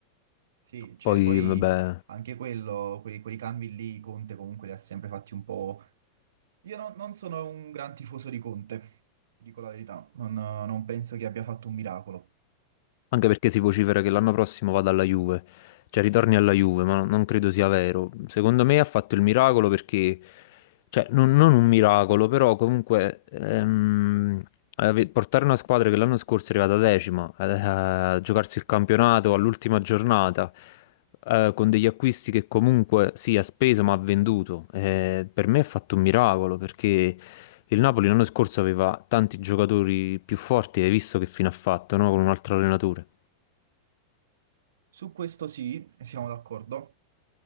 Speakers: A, on the right; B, on the left.
A: sì, cioè
B: poi
A: poi
B: vabbè...
A: anche quello, quei, quei cambi lì, Conte comunque li ha sempre fatti un po'. Io non non sono un gran tifoso di Conte, ti dico la verità. Non, non penso che abbia fatto un miracolo.
B: Anche perché si vocifera che l'anno prossimo vada alla Juve, cioè ritorni alla Juve, ma non credo sia vero. Secondo me ha fatto il miracolo perché, cioè non, non un miracolo, però comunque ehm, ave- portare una squadra che l'anno scorso è arrivata decima, eh, a giocarsi il campionato all'ultima giornata, eh, con degli acquisti che comunque sì, ha speso ma ha venduto, eh, per me ha fatto un miracolo perché... Il Napoli l'anno scorso aveva tanti giocatori più forti, hai visto che fine ha fatto, no? Con un altro allenatore.
A: Su questo sì, siamo d'accordo.